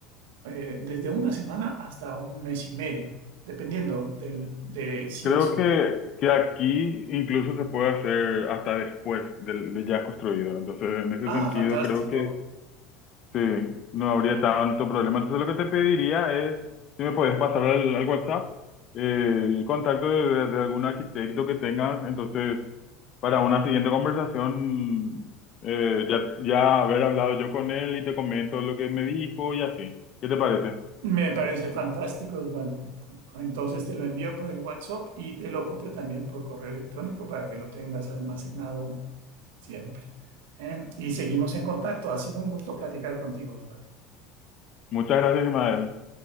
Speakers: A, on the right; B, on the left.
A: eh, desde una semana hasta un mes y medio, dependiendo del, de si
B: Creo
A: es...
B: que, que aquí incluso se puede hacer hasta después del- de, ya construido. Entonces, en ese
A: Ah,
B: sentido,
A: fantástico.
B: creo que sí, no habría tanto problema. Entonces, lo que te pediría es, si me puedes pasar al, al WhatsApp, eh, el contacto de, de- de algún arquitecto que tengas. Entonces, para una siguiente conversación, eh, ya, ya haber hablado yo con él y te comento lo que me dijo y así. ¿Qué te parece?
A: Me parece fantástico, Osvaldo. Entonces te lo envío por el WhatsApp y te lo copio también por correo electrónico para que lo tengas almacenado siempre. ¿eh? Y seguimos en contacto. Ha sido un gusto platicar contigo, Osvaldo.
B: Muchas gracias, Ismael.